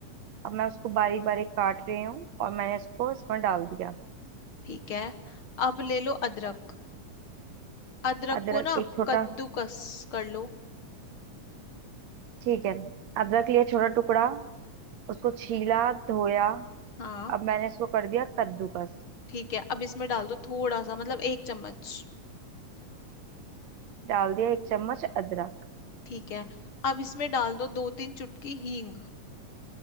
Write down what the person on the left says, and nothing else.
ठीक है अब ले लो अदरक अदरक
को ना
कद्दूकस कर लो
हाँ
ठीक है अब इसमें डाल दो थोड़ा सा मतलब एक चम्मच
ठीक है अब इसमें डाल दो दो तीन चुटकी हींग